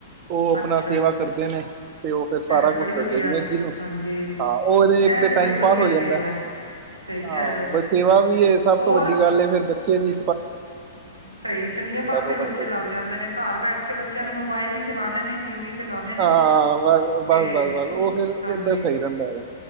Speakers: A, on the right (about 35°); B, on the right (about 90°).
A: ਉਹ ਆਪਣਾ
B: ਅੱਛਾ।
A: ਸੇਵਾ ਕਰਦੇ ਨੇ ਤੇ ਉਹ ਫੇਰ ਸਾਰਾ
B: ਐ ਤੇ
A: ਕੁਛ-
B: ਬੜੀ ਵਧੀਆ,
A: ਜਵੇ ਜੀ ਨੂੰ
B: ਹਾਂਜੀ
A: ਹਾਂ ਉਹਦੇ ਇੱਕ
B: ਐ
A: ਤੇ ਟਾਈਮ
B: ਬੜੀ ਵਧੀਆ
A: ਪਾਸ ਹੋ ਜਾਂਦਾ
B: ਸੇਵਾ
A: ਐ।
B: ਏ। ਸਹੀ
A: ਹਾਂ
B: ਕਹਿ ਰਹੇ ਹੋ,
A: ਵ ਸੇਵਾ ਵੀ ਹੈ ਸਭ
B: ਹੋਰ
A: ਤੋਂ ਵੱਡੀ ਗੱਲ ਹੈ ਫੇਰ ਬੱਚਿਆਂ ਦੀ-
B: ਸਹੀ ਚੰਗੇ ਪਾਸੇ
A: ਦੋ ਘੰਟੇ
B: ਬੱਚੇ
A: ਬੰਦੇ
B: ਲੱਗ ਜਾਂਦੇ ਨੇ ਘਰ ਬੈਠ ਕੇ ਬੱਚਿਆਂ
A: ਹਾਂ
B: ਨੇ ਮੋਬਾਇਲ ਹੀ ਚਲਾਣੇ ਨੇ ਟੀ ਵੀ- ਚਲਾਣੇ ਨੇ,
A: ਹਾਂ ਬ
B: ਤੇ-
A: ਬਸ ਬਸ ਬਸ
B: ਕੁਛ
A: ਉਹ ਫੇਰ
B: ਹਾਂਜੀ
A: ਏਦਾਂ ਸਹੀ ਰਹਿੰਦਾ ਹੈਗਾ